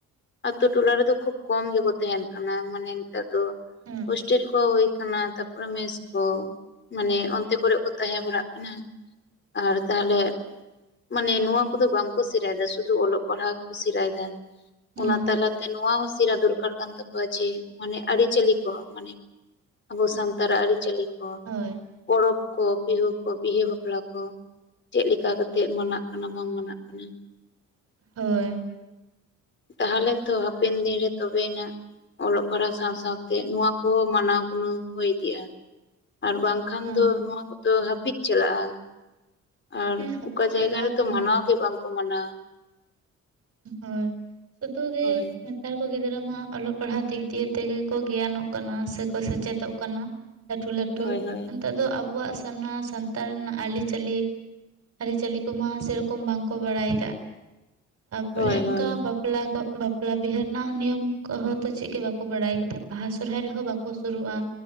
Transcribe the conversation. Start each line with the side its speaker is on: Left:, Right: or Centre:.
Left: ᱟᱛᱳ ᱴᱚᱞᱟ ᱨᱮᱫᱚ ᱠᱷᱩᱵ ᱠᱚᱢ ᱜᱮᱠᱚ ᱛᱟᱦᱮᱱ ᱠᱟᱱᱟ ᱢᱟᱱᱮ ᱱᱮᱛᱟᱨ ᱫᱚ
Right: ᱦᱮᱸ
Left: ᱦᱳᱥᱴᱮᱞ ᱠᱚ ᱦᱩᱭ ᱟᱠᱟᱱᱟ ᱛᱟᱯᱚᱨᱮ ᱢᱮᱥ ᱠᱚ ᱢᱟᱱᱮ ᱚᱱᱛᱮ ᱠᱚᱨᱮᱜ ᱠᱚ ᱛᱟᱦᱮᱸ ᱵᱟᱲᱟᱜ ᱠᱟᱱᱟ ᱟᱨ ᱛᱟᱦᱚᱞᱮ ᱢᱟᱱᱮ ᱱᱚᱣᱟ ᱠᱚᱫᱚ ᱵᱟᱝᱠᱚ ᱥᱮᱬᱟᱭᱮᱫᱟ ᱥᱩᱫᱷᱩ ᱚᱞᱚᱜ ᱯᱟᱲᱦᱟᱜ ᱜᱮᱠᱚ ᱥᱮᱬᱟᱭᱮᱫᱟ
Right: ᱦᱩᱸ
Left: ᱚᱱᱟ ᱛᱟᱞᱟᱛᱮ ᱱᱚᱣᱟ ᱦᱚᱸ ᱥᱮᱬᱟ ᱫᱚᱨᱠᱟᱨ ᱠᱟᱱ ᱛᱟᱠᱚᱣᱟ ᱡᱮ ᱢᱟᱱᱮ ᱟᱹᱨᱤᱪᱟᱹᱞᱤ ᱠᱚ ᱢᱟᱱᱮ ᱟᱵᱚ ᱥᱟᱱᱛᱟᱲᱟᱜ ᱟᱹᱨᱤᱪᱟᱹᱞᱤ
Right: ᱦᱳᱭ
Left: ᱯᱚᱨᱚᱵᱽ ᱠᱚ ᱵᱤᱦᱟᱹ ᱠᱚ ᱵᱤᱦᱟᱹ ᱵᱟᱯᱞᱟ ᱠᱚ ᱪᱮᱫ ᱞᱮᱠᱟ ᱠᱟᱛᱮᱜ ᱢᱟᱱᱟᱜ ᱠᱟᱱᱟ ᱵᱟᱝ ᱢᱟᱱᱟᱜ ᱠᱟᱱᱟ?
Right: <unintelligible>
Left: ᱛᱟᱦᱚᱞᱮ ᱛᱚ ᱦᱟᱯᱮᱱ ᱫᱤᱱ ᱨᱮ ᱛᱚᱵᱮᱱᱟᱜ ᱚᱞᱚᱜ ᱯᱟᱲᱦᱟᱜ ᱥᱟᱶ ᱥᱟᱶᱛᱮ ᱱᱚᱣᱟ ᱠᱚᱦᱚᱸ ᱢᱟᱱᱟᱣ ᱜᱩᱱᱟᱹᱣ ᱦᱩᱭ ᱤᱫᱤᱜᱼᱟ ᱟᱨ ᱵᱟᱝᱠᱷᱟᱱ
Right: ᱦᱮᱸ
Left: ᱫᱚ ᱱᱚᱣᱟ ᱠᱚᱫᱚ ᱦᱟᱹᱯᱤᱫ ᱪᱟᱞᱟᱜᱼᱟ ᱟᱨ
Right: ᱦᱟᱹᱯᱤᱫ
Left: ᱚᱠᱟ ᱡᱟᱭᱜᱟ
Right: ᱪᱟᱞᱟᱣ
Left: ᱨᱮᱛᱚ
Right: ᱟᱠᱟᱱ
Left: ᱢᱟᱱᱟᱣ
Right: ᱜᱮᱭᱟ
Left: ᱜᱮ ᱵᱟᱝᱠᱚ ᱢᱟᱱᱟᱣᱟ
Right: ᱦᱳᱭ ᱥᱩᱫᱩ ᱜᱮ
Left: ᱦᱳᱭ
Right: ᱱᱮᱛᱟᱨ ᱠᱚ ᱜᱤᱫᱽᱨᱟᱹ ᱢᱟ ᱚᱞᱚᱜ ᱯᱟᱲᱦᱟᱜ ᱫᱤᱠ ᱫᱤᱭᱮ ᱛᱮᱜᱮ ᱠᱚ ᱜᱮᱭᱟᱱᱚᱜ ᱠᱟᱱᱟ ᱥᱮᱠᱚ ᱥᱮᱪᱮᱫᱚᱜ ᱠᱟᱱᱟ ᱞᱟᱹᱴᱷᱩ ᱞᱟᱹᱴᱷᱩ
Left: ᱦᱳᱭ ᱦᱳᱭ
Right: ᱱᱮᱛᱚᱜ ᱫᱚ ᱟᱵᱚᱣᱟᱜ ᱥᱟᱱᱟ ᱥᱟᱱᱛᱟᱲ ᱨᱮᱱᱟᱜ ᱟᱹᱨᱤᱪᱟᱹᱞᱤ ᱟᱹᱨᱤ ᱪᱟᱹᱞᱤ ᱠᱚᱢᱟ ᱥᱮᱨᱚᱠᱚᱢ ᱵᱟᱝ ᱠᱚ ᱵᱟᱲᱟᱭ ᱟᱠᱟᱜ ᱯᱚᱨᱮ
Left: ᱦᱳᱭ
Right: ᱚᱱᱠᱟ
Left: ᱦᱳᱭ
Right: ᱵᱟᱼᱼ ᱵᱟᱯᱞᱟ ᱠᱚ ᱵᱟᱯᱞᱟ ᱵᱤᱦᱟᱹ ᱨᱮᱱᱟᱜ ᱱᱤᱭᱚᱢ ᱠᱚᱦᱚᱸ ᱛᱚ ᱪᱮᱫ ᱜᱮ ᱵᱟᱠᱚ ᱵᱟᱲᱟᱭ ᱠᱟᱫᱟ ᱵᱟᱦᱟ ᱥᱚᱦᱨᱟᱭ ᱨᱮᱦᱚᱸ ᱵᱟᱠᱚ ᱠᱚ ᱥᱩᱨᱩᱜᱼᱟ